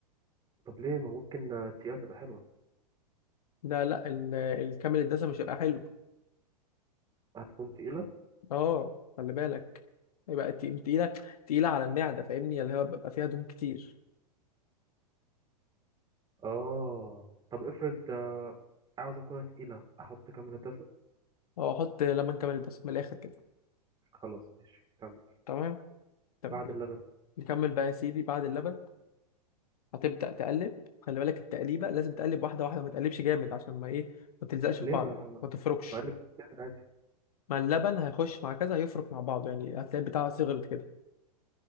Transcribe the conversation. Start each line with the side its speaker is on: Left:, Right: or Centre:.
Right: طب ليه ما ممكن آه، تقيلة تبقى حلوة
Left: لا لا ال- الكامل الدسم مش هيبقى حلو
Right: هتكون تقيلة
Left: اه خلي بالك يبقى تقيل- تقيله تقيله على المعده فاهمني اللي هو بيبقى فيها دهون كتير
Right: آه طب افرض آه، عاوز أكلها تقيلة أحط كام دسم
Left: اه احط لبن كامل الدسم من الاخر كده
Right: خلاص ماشي كمل
Left: تمام طب
Right: بعد اللبن
Left: نكمل بقى يا سيدي بعد اللبن هتبدا تقلب خلي بالك التقليبه لازم تقلب واحده واحده ما تقلبش جامد عشان ما ايه ما تلزقش في
Right: ليه
Left: بعض
Right: بقى
Left: ما تفركش
Right: بقلب جامد عادي
Left: مع اللبن هيخش مع كذا هيفرك مع بعضه يعني هتلاقي بتاعها صغرت كده